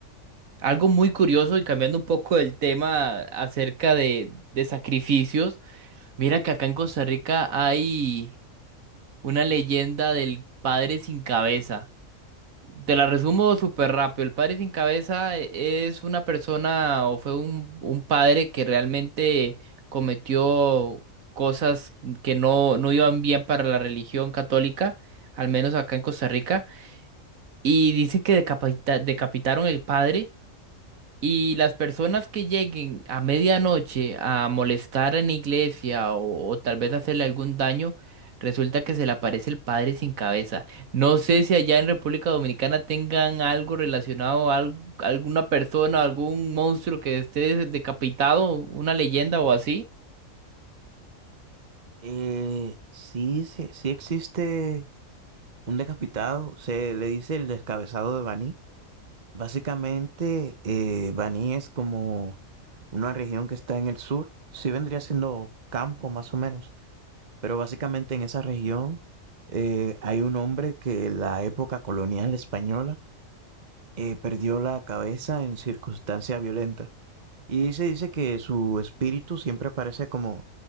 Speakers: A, on the right (about 80°); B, on the right (about 35°).
A: algo muy curioso y cambiando un poco el tema acerca de, de sacrificios, mira que acá en Costa Rica hay... Una leyenda del padre sin cabeza. Te la resumo súper rápido. El padre sin cabeza e- es una persona o fue un, un padre que realmente cometió cosas que no, no iban bien para la religión católica, al menos acá en Costa Rica. Y dicen que decapita- decapitaron el padre y las personas que lleguen a medianoche a molestar en la iglesia o, o tal vez hacerle algún daño, resulta que se le aparece el padre sin cabeza. No sé si allá en República Dominicana tengan algo relacionado a al- alguna persona, algún monstruo que esté decapitado, una leyenda o así.
B: Eh, sí, sí, sí existe un decapitado, se le dice el descabezado de Baní. Básicamente, eh, Baní es como una región que está en el sur, sí vendría siendo campo más o menos, pero básicamente en esa región eh, hay un hombre que en la época colonial española eh, perdió la cabeza en circunstancia violenta y se dice que su espíritu siempre aparece como